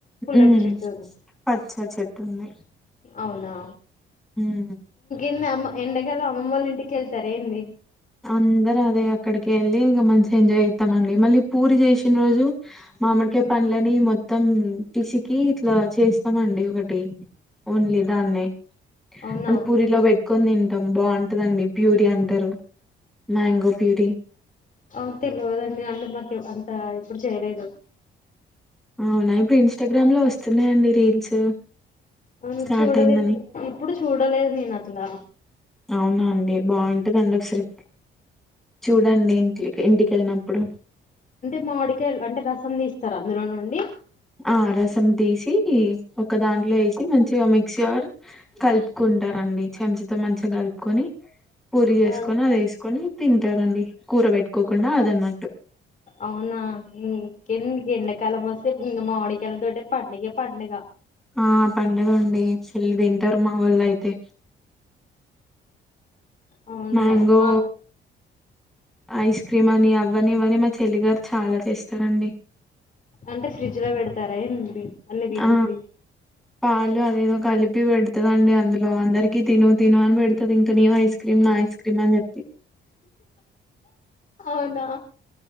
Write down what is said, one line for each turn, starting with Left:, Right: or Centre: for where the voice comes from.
Left: పుల్లటి
Centre: ఉమ్
Left: చెట్టు ఉంది.
Centre: పచ్చ చెట్టు ఉంది
Left: అవునా
Centre: ఉమ్
Left: ఎన్ అమ్మ ఎండకాలం అమ్మమోల్ల ఇంటికి వెళ్తారా ఏంది?
Centre: అందరు అదే అక్కడికి వెళ్ళి ఇగ మంచిగా ఎంజాయ్ ఎత్తం అండి మళ్ళీ పూరి చేసిన రోజు మామడికాయ పండ్లని మొత్తం పిసికి ఇట్లా చేస్తామండి ఒకటి ఓన్లీ దాన్నే
Left: అవునా
Centre: అది పూరిలో పెట్టుకొని తింటాం బాగుంటదండి ప్యూరి అంటారు. మ్యాంగో ప్యూరీ
Left: అవును తెలువదండి అంత మాక్ ఏవ్వ అంత ఎప్పుడు చేయలేదు.
Centre: అవునా! ఇప్పుడు ఇన్స్టాగ్రామ్ లో వస్తున్నాయియండి రీల్స్
Left: అవును
Centre: స్టార్ట్
Left: చూడలేదు.
Centre: అయిందని
Left: ఇప్పుడు చూడలేదు నేను అట్లా
Centre: అవునా అండి బాగుంటదండి ఒకసారి చూడండి ఇంటికి ఇంటికేళ్ళినప్పుడు
Left: అంటే మామిడికాయలు అంటే రసం తీస్తారా అందులో నుండి
Centre: ఆ రసం తీసి ఒక దాంట్లో వేసి మంచిగా మిక్సి ఆర్ కలుపుకున్ ఉంటారండి చెంచతో మంచిగా కలుపుకొని పూరి చేసుకొని
Left: ఆ,
Centre: అది వేసుకొని తింటారండి కూర పెట్టుకోకుండా అదన్న
Left: అవునా ఇంకెది ఎండాకాలం వస్తే ఇంగా మామిడికాలతోటి పండుగే పండుగ
Centre: ఆ పండగ అండి ఫుల్ తింటారు మా వొళ్ళు అయితే
Left: అవునా
Centre: మ్యాంగో
Left: మా
Centre: ఐస్ క్రీమ్ అని అవ్వని ఇవ్వని మా చెల్లిగారు చాలా చేస్తారండి.
Left: అంటే ఫ్రిడ్జ్ లో వేడతారా ఏంది? అన్ని తీసేసి
Centre: ఆ పాలు అదేదో కలిపి పెడ్ పెడతదండి అందులో అందరికిీ తిను తి ను అని పెడుతది ఇం ఇంక నీ ఐస్ క్రీమ్ నా ఐస్ క్రీమ్ అని చెప్పి
Left: అవునా